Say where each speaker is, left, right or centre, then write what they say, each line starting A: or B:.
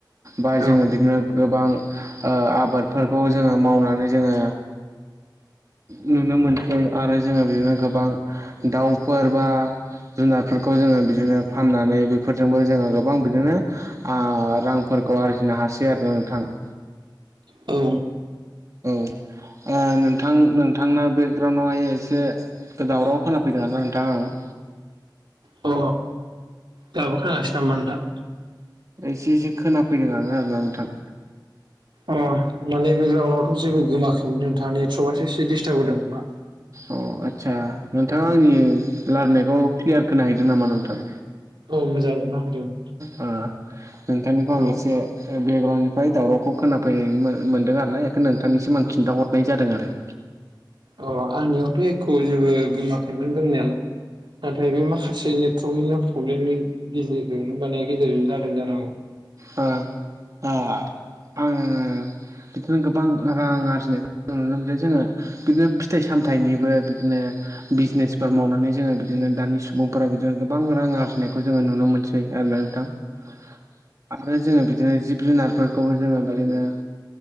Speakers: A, on the right; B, on the right.
A: बा
B: औ
A: जोङो
B: औ
A: बिदिनो गोबां ओ आबादफोरखौ जोङो मावनानै जोङो नुनो मोनसै आरो जोङो बिदिनो गोबां दाउफोर बा जुनारफोरखौ जोङो बिदिनो फाननानै बेफोरजोंबो जोङो गोबां बिदिनो आ रांफोरखौ आरजिनो हासै आरोना नोंथां । <inaudible>
B: औ
A: औ ओ नोंथां नोंथांना बेकग्राउन्डआवहाय एसे दावराव खोनाफैदों आरोना नोंथां आं
B: अ दाबो खोनागासिनो नामा नोंथां?
A: एसे एसे खोनाफैदोंआनो आरोना नोंथां
B: अ माने बेगग्राउडआवथ' जेबो गोमाखैमोन नोंथां नेट्रक'आासो एसे डिस्टार्ब होदों खोमा
A: अ आदसा नोंथाङा आंनि लारनायखौ क्लियार खोनाहैदों नामा नोंथां?
B: औ मोजां खोनाफैदों
A: ओ नोंथांनिखौ आं
B: औ
A: एसे ओ बेकग्राउन्डनिफ्राय दावरावखौ खोनाफैनाय मोनदों आरोना एखायनो नोंथांनि निसिम आं खिन्थाहदनाय जादों आरो ।
B: अ आंनियावथ' एख' जेबो गोमाखैमोन गोमनायालाय । नाथाय बे माखासे नेटवर्कनिनो प्रब्लेमनि गेजेरजोंनो माने गेजेरजोंनो जादों जानोहागौ ।
A: आं आ आङो बिदिनो गोबां रां आरजिनायखौ नुनो मोनदों जोङो बिदिनो फिथाइ सामथाइनिबो बिदिनो बिजनेसफोर मावनानै जोङो बिदिनो दानि सुबुंफोरा बिदिनो गोबां रां आरजिनायखौ जोङो नुनो मोनसै । आरोना नोंथां । आरो जोङो बिदिनो जिब जुनारफोरखौबो जोङो बिदिनो